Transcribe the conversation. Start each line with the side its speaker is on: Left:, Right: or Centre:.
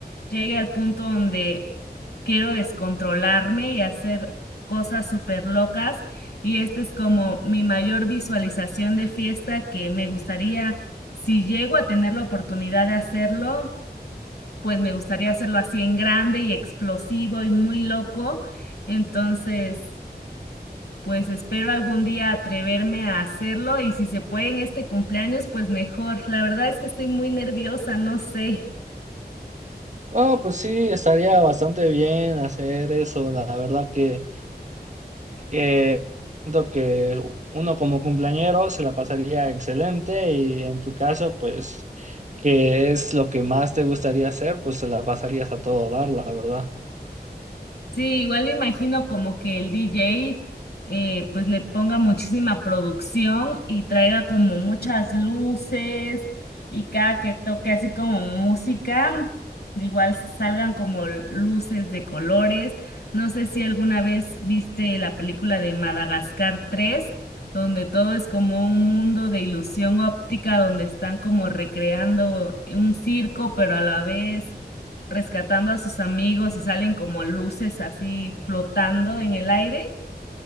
Left: llegué al punto donde quiero descontrolarme y hacer cosas súper locas y esta es como mi mayor visualización de fiesta que me gustaría, si llego a tener la oportunidad de hacerlo, pues me gustaría hacerlo así en grande y explosivo y muy loco. Entonces... Pues espero algún día atreverme a hacerlo y si se puede en este cumpleaños, pues mejor. La verdad es que estoy muy nerviosa, no sé.
Right: Bueno, pues sí, estaría bastante bien hacer eso. La verdad que, que siento que uno como cumpleañero se la pasaría excelente y en tu caso, pues, que es lo que más te gustaría hacer, pues se la pasarías a todo dar, la verdad.
Left: Sí, igual me imagino como que el DJ eh, pues le ponga muchísima producción y traiga como muchas luces y cada que toque así como música, igual salgan como luces de colores. No sé si alguna vez viste la película de Madagascar 3, donde todo es como un mundo de ilusión óptica, donde están como recreando un circo, pero a la vez rescatando a sus amigos y salen como luces así flotando en el aire.